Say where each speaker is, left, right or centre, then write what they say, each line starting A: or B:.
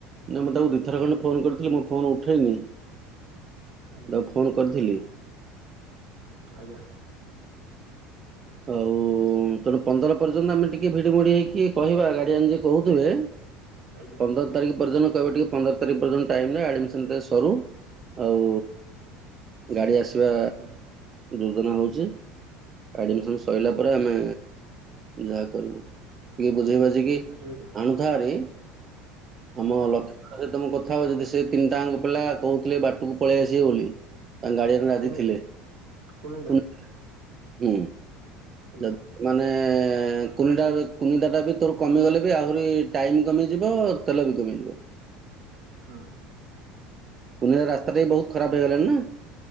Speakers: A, on the right; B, on the right.
A: ନା ମୁଁ ତାକୁ ଦୁଇଥର ଖଣ୍ଡେ ଫୋନ୍ କରିଥିଲି ମୁଁ ଫୋନ ଉଠାଇନି
B: ଆଜ୍ଞା
A: ତାକୁ ଫୋନ କରିଥିଲି
B: ଆଜ୍ଞା
A: ଆଉ ହ ତେଣୁ ପନ୍ଦର ପର୍ଯ୍ୟନ୍ତ ଆମେ ଟିକେ ଭିଡି ମୋଡି ହେଇକି କହିବା ଗାଡିଆନ ଯିଏ କହୁଥିବେ
B: ଆଜ୍ଞା
A: ପନ୍ଦର ତାରିଖ ପରଦିନ କହିବେ ଟିକେ ପନ୍ଦର ତାରିଖ ପର୍ଯ୍ୟନ୍ତ ଟାଇମ ନିଅ ଆଡମିସନ ସରୁ ଆଉ ଗାଡି ଆସିବା
B: ହଁ
A: ଯୋଜନା ହଉଛି ଆଡ଼ମିସନ୍ ସରିଲା ପରେ ଆମେ ଯାହା କରିବୁ ଟିକେ ବୁଝେଇ ବାଝିକି
B: ଅସୁବିଧା
A: ଆଣୁଥା ହେରି
B: ଆଜ୍ଞା
A: ଆମ ଲକ୍ଷ୍ମୀ ମୋର ତମ କଥା ହଉଥିଲୁ ସେ ତିନିଟାଙ୍କ ପିଲା କହୁଥିଲେ ବାଟକୁ ପଳେଇ ଆସିବେ ବୋଲି ତାଙ୍କ ଗାର୍ଡିଆନ ରାଜି
B: କଣିଦା
A: ଥିଲେ
B: କନିଦ
A: କୁନି-
B: <inaudible>
A: ହୁଁ
B: ଆଜ୍ଞା
A: ଯ ମାନେ କୁନି କୁନିଟାଟା ବି ତୋର କମିଗଲେ ବି ଆହୁରି ଟାଇମ କମିଯିବ ତେଲ ବିିକ ମିଳିବ
B: ହଁ
A: କୁନିରା ରାସ୍ତାଟା ବି ବହୁତ ଖରାପ ହେଇଗଲାଣି ନା